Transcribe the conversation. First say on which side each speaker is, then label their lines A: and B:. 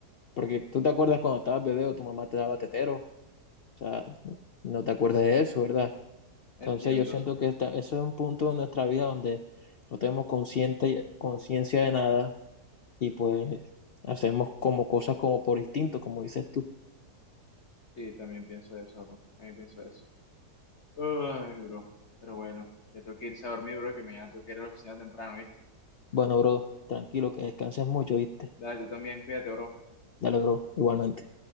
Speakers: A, on the left (about 75°); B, on the left (about 45°).
A: porque tú te acuerdas cuando estabas bebé o tu mamá te daba tetero, o sea, no te acuerdas de eso, ¿verdad? Entonces
B: entiendo.
A: yo siento que esta- eso es un punto de nuestra vida donde no tenemos consciente, conciencia de nada y pues hacemos como cosas como por instinto, como dices tú.
B: Sí, también pienso eso, bro. También pienso eso. Ay, bro. Pero bueno, ya tengo que irse a dormir, bro, que mañana tengo que ir a la oficina temprano, ¿viste?
A: Bueno, bro, tranquilo, que descanses mucho, ¿viste?
B: Dale, tú también, cuídate, bro.
A: Dale, bro, igualmente.